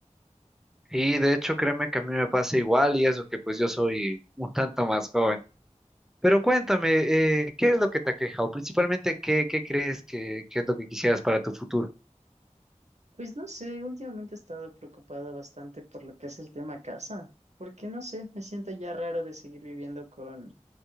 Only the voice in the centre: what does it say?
Y de hecho, créeme que a mí me pasa igual y eso que pues yo soy un tanto más joven. Pero cuéntame, eh, ¿qué es lo que te aqueja? O principalmente, ¿qué, qué crees que, que es lo que quisieras para tu futuro?